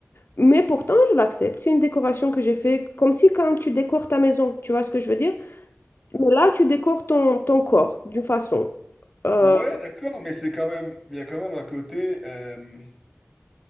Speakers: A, on the left; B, in the centre.
A: mais pourtant, je l'accepte. C'est une décoration que j'ai fait comme si quand tu décores ta maison, tu vois ce que je veux dire? Mais là, tu décores ton, ton corps d'une façon euh,
B: Ouais, d'accord, mais c'est quand même, il y a quand même un côté euh,